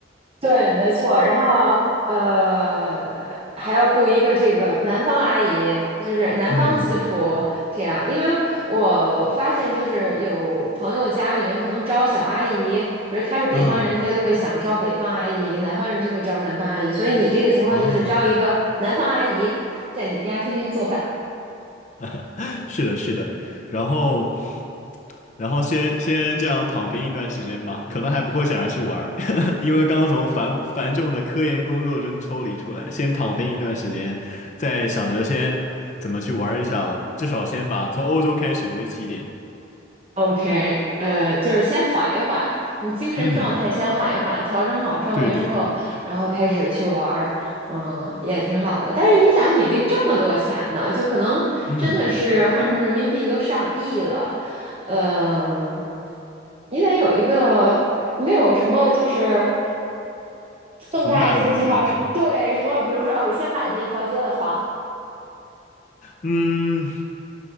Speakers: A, on the right; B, on the left.
A: 对，没错。然后呃，还要雇一个这个南方阿姨，就是南方私厨这样。
B: 嗯，
A: 因为我发现，就是有朋友家里面可能招小阿姨，比如他是北方人，
B: 啊，
A: 他就会想招北方阿姨；南方人就会招南方阿姨。所以你这个情况就是招一个南方阿姨，
B: 哦。
A: 在你家天天做饭。
B: <laughs> 是的，是的，然后，然后先先这样躺平一段时间吧，可能还不会想着去玩儿，<laughs> 因为刚从繁繁重的科研工作中抽离出来，先躺平一段时间，再想着先怎么去玩儿一下吧，至少先把从欧洲开始为起点。
A: OK，呃，就是先缓一缓，你精神状态先缓一缓，
B: 嗯，
A: 调整好状态之后，
B: 对对对，
A: 然后开始去玩儿，嗯，也挺好的。但是你想，你这这么多钱呢，就可能真的是换成人民币都上亿了，
B: 嗯，
A: 嗯、你得有一个没有什么就是更大一些计划是，
B: 宏大的目标是吧？
A: 对，什么，比如说，啊，我先买这一条街的房，
B: 嗯。